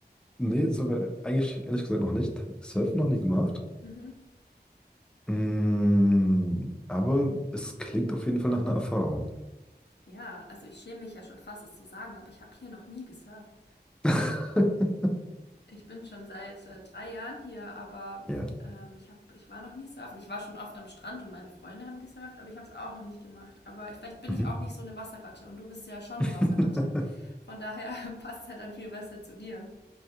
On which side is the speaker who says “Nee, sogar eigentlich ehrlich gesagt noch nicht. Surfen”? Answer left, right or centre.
Centre